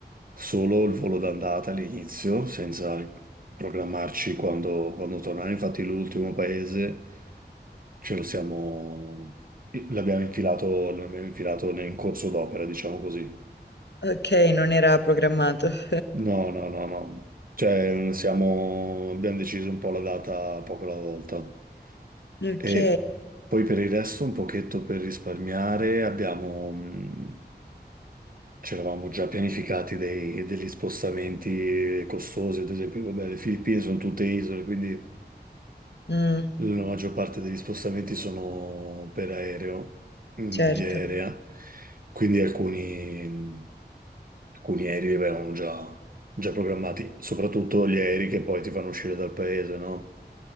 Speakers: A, on the right; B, on the left.
A: solo il volo d'andata all'inizio, senza programmarci quando, quando tornare. Infatti l'ultimo paese ce lo siamo... L'abbiamo infilato, l'abbiamo infilato in corso d'opera, diciamo così.
B: Ok, non era programmato. <laughs>
A: No, no, no, no. Cioè, siamo... abbiamo deciso un po' la data poco alla volta.
B: Ok,
A: E poi per il resto, un pochetto per risparmiare, abbiamo... mh, ci eravamo già pianificati dei- degli spostamenti costosi, ad esempio, vabbè, le Filippine sono tutte isole, quindi
B: Mm,
A: la maggior parte degli spostamenti sono per aereo, in
B: certo.
A: via aerea, quindi alcuni... Alcuni aerei li avevamo già, già programmati, soprattutto gli aerei che poi ti fanno uscire dal paese, no?